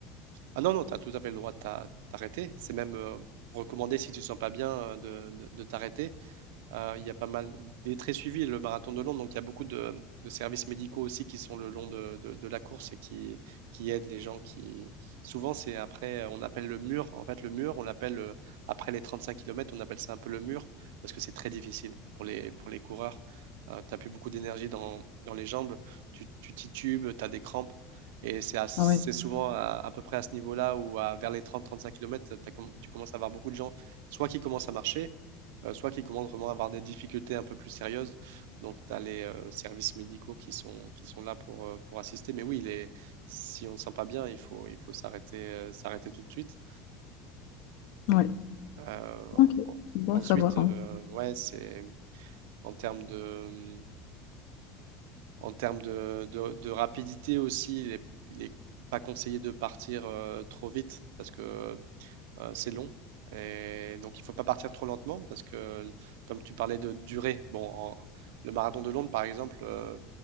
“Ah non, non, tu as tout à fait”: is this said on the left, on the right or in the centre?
Right